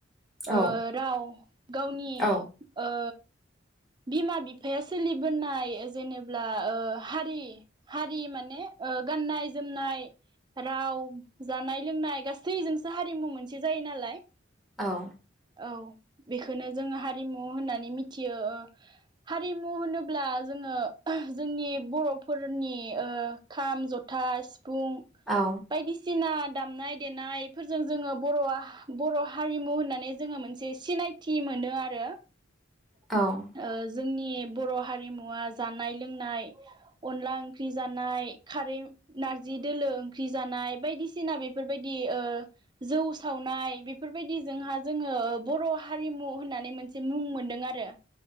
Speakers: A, on the right (about 25°); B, in the centre.
A: ओ
B: औ
A: राव गावनि
B: औ
A: ओ बिमा बिफाया सोलिबोनाय जेनेब्ला ओ हारि हारि माने ओ गाननाय जोमनाय राव जानाय लोंनाय गासैजोंसो हारिमु मोनसे जायो नालाय।
B: औ
A: औ बेखोनो जोङो हारिमु होननानै मिथियो ओ हारिमु होनोब्ला जोङो जोंनि बर'फोरनि ओ खाम, जथा, सिफुं
B: औ
A: बायदिसिना दामनाय देनायफोरजों जोङो बर'आ बर' हारिमु होननानै जोङो मोनसे सिनायथि मोनो आरो।
B: औ
A: ओ जोंनि ए बर' हारिमु आ जानाय लोंनाय अनला ओंख्रि जानाय खारै नार्जि दोलो ओंख्रि जानाय बायदिसिना बेफोरबायदि ओ जौ सावनाय बेफोरबायदि जोंहा जोङो बर' हारिमु होननानै मोनसे मुं मोनदों आरो।